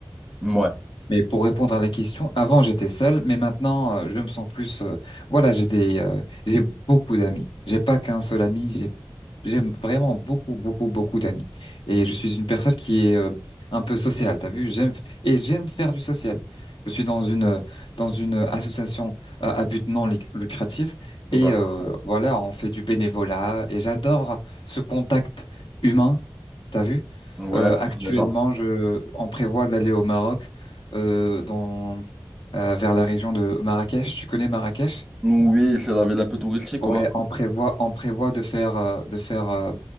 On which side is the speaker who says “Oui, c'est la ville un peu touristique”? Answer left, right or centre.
Centre